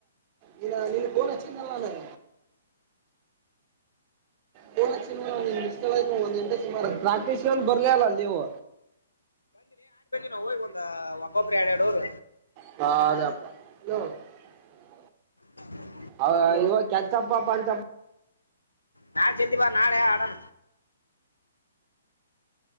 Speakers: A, on the right; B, on the left.
A: ಗನ್ <inaudible> ನ್ನ <inaudible> ಹ ಸಮಾರ ಮಿಸ ಒಂದ್ ಗಂಟೆ ಸುಮಾರ ಪ್ರಾಕ್ಟೀಸ್ ಬರ್ಲ ಅಲ್ಲ ಅಲ್ಲಿವು
B: ನಾ ಈ ಒಂದ ವಕಾಬರಿ ಎರಡ ಎರಡೋರು
A: ಬಪ್ಪ
B: ಹ
A: ಹ ಇವ ಕೆಂತಪ್ಪಪ್ಪ ಅಂತಪ್ಪ
B: ನಾಳ ಸ್ದತಿಪಾ ನಾಳೆ ಆಡಣ